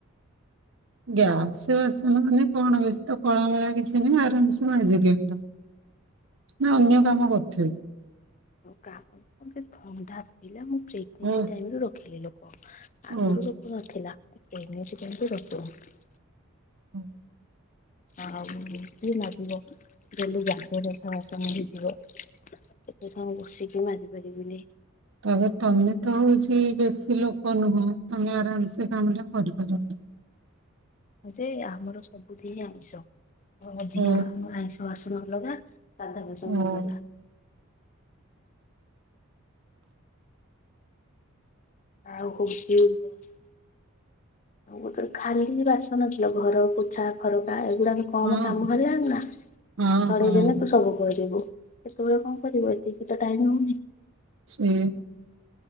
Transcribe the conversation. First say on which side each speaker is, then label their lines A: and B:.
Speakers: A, on the right; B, on the left.
A: ଗ୍ୟାସ ବାସନ ମାନେ କଣ ବେଶୀ ତ କଳା ମଳା କିଛି ନାହିଁ ଆରାମସେ ମାଜି ଦିଅନ୍ତ। ନା ଅନ୍ୟ କାମ କରୁଥିବେ।
B: ଆଉ କାମ କଣ। ମତେ ଥଣ୍ଡା ଧଇଲା ମୁଁ ପ୍ରେଗନେନ୍ସି
A: ଓ
B: ଟାଇମରୁ ରଖିଲି ଲୋକ। ଆଗରୁ
A: ଓ
B: ଲୋକ ନଥିଲା। ଏଇ ପ୍ରେଗ୍ନେଶି ଟାଇମ ରେ ରଖିଲି।
A: ହୁଁ।
B: ଆଉ କିଏ ମାଜିବ। ଡେଲି ଗାଦିଏ ଲେଖା ବାସନ ହେଇଥିବ। ଏତେ ସମୟ ମୁ ବସିକି ମାଜି ପାରିବିନି।
A: ତାପରେ ତମେ ତ ହୋଉଚି ବେଶୀ ଲୋକ ନୁହଁ ତମେ ଆରାମ ସେ କାମ ଟା କରିପାରନ୍ତ।
B: ଯେ ଆମର ସବୁଦିନ ଆଇଁଷ ଅଧିକା
A: ଓ
B: ଆମର ଆଇଁଷ ବାସନ ଅଲଗା। ସାଧା ବାସନ
A: ଓ
B: ଅଲଗା। ଆଉ ହୋଉଛି <unintelligible> ଆଉ ହୋଉଛି ଖାଲି ବାସନ ଧୁଆ। ଘର ପୋଛା ଖରକା ଏଇଗୁଡା ମୁଁ କମ
A: ହଁ
B: କାମ ହେଲାଣିନା ସରେଇଦେଲେ
A: ହଁ ହଁ
B: ତୁ ସବୁ କରିଦେବୁ। କେତେବେଳେ କଣ କରିବ ଏତିକି ତ ଟାଇମ ହେଉନି।
A: ସେ